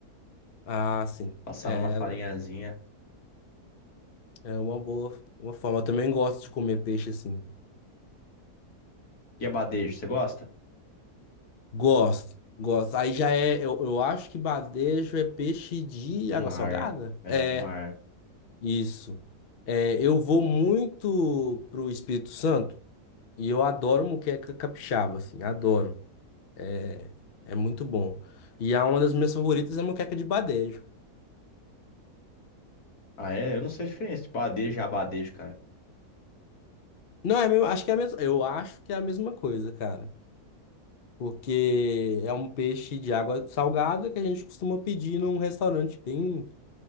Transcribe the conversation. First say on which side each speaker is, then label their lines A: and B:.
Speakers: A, on the left; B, on the left.
A: Ah, sim.
B: passar
A: É,
B: numa farinhazinha.
A: é uma boa uma forma. Eu também gosto de comer peixe assim.
B: E abadejo, você gosta?
A: Gosto, gosto. Aí já é, eu, eu acho que badejo é peixe de
B: Do
A: água
B: mar.
A: salgada?
B: É,
A: É,
B: do mar.
A: isso. É, eu vou muito pro Espírito Santo. E eu adoro moqueca capixaba, assim, adoro. É, é muito bom. E a uma das minhas favoritas é moqueca de badejo.
B: Ah, é? Eu não sei a diferença. Tipo, adejo e abadejo, cara.
A: Não, é, a mesma- acho que é a mesma, eu acho que é a mesma coisa, cara. Porque é um peixe de água salgada que a gente costuma pedir num restaurante bem